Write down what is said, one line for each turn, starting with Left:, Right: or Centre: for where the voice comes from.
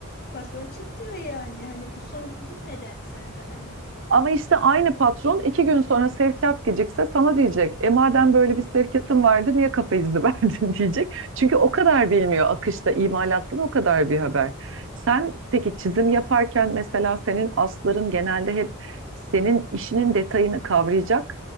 Left: patron çık diyor yani hani bu sorumluluk neden sende hani
Right: Ama işte aynı patron iki gün sonra sevkiyat gecikse sana diyecek. E madem böyle bir
Left: Evet.
Right: sevkiyatın vardı niye kafa izni <laughs> verdin diyecek. Çünkü o kadar bilmiyor akışta imalattan o kadar bir haber. Sen peki çizim yaparken mesela senin asların genelde hep senin işinin detayını kavrayacak